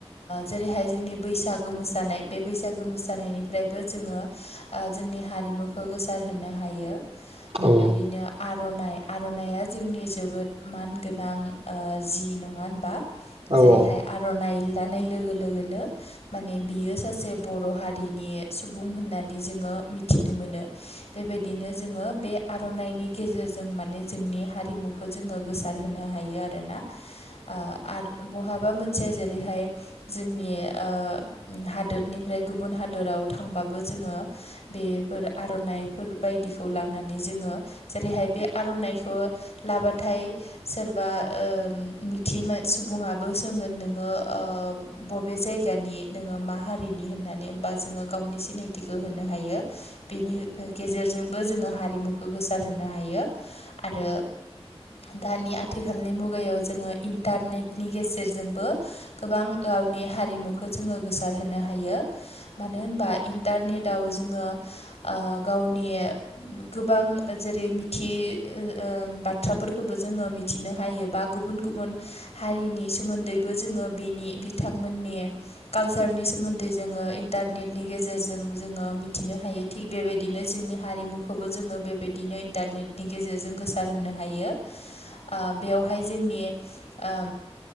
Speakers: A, on the left; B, on the right.
A: जेरैहाय जोंनि बैसागो मोसानाय बे बि बैसागो मोसानायनिफ्रायबो जोङो ओ जोंनि हारिमुखौ गोसार होनोनो हायो।
B: औ
A: बेबायदिनो
B: औ
A: आर'नाइ आर'नायइया जोंनि जोबोद मानगोनां ओ जि नङा होनबा?
B: होमबा
A: जेरै'हाय आर'नाइ लानाय लोगो लोगोनो माने बियो सासे बर' हारिनि सुबुं होननानै जोङो मिथिनो मोनो। बेबायदिनो जोङो बे आर'नाइनि गेजेरजों माने जोंनि हारिमुखौ जोङो गोसार होनोनो हायो आरो ना। ओ आरो बहाबा मोनसेया जेरै'हाय जोंनि ओ हादोरनिफ्राय गुबुन हादोराव थांबाबो जोङो बेफोर आर'नाइफोर बायदिखौ लानानै जोङो जेरै'हाय बे आर'नाइखौ लाबाथाय सोरबा ओ मिथियै सुबुङाबो सोंगोन नोङो ओ बबे जायगानि नोङो मा हारि नि होनानै गावनि सिनायथिखौ होनो हायो बेनि ओ गेजेरजोंबो जोङो हारिमुखौ गोसार होनो हायो आरो दानि आथिखालनि मुगायाव जोङो इन्टारनेटनि गेजेरजोंबो गोबां आवनि हारिमुखौ जोङो गोसार होनो हायो। मानो होनबा इन्टारनेट दाउ जोङो ओ गावनि गोबां जेरै' बिथि ओ ओ बाथ्राफोरखौबो जोङो मिथिनो हायो‌ बा‌ गुबुन गुबुन हारिनि सोमोन्दैबो जोङो बेनि बिथांमोननि कालचारनि सोमोन्दै जोङो इन्टारनेटनि गेजेरजों जोङो मिथिनो हायो थिग बेबायदिनो जोंनि हारिमु खौबो जोङो बेबायदिनो इन्टारनेनि गेजेरजों गोसार होनो हायो ओ बेवहाय नि ओ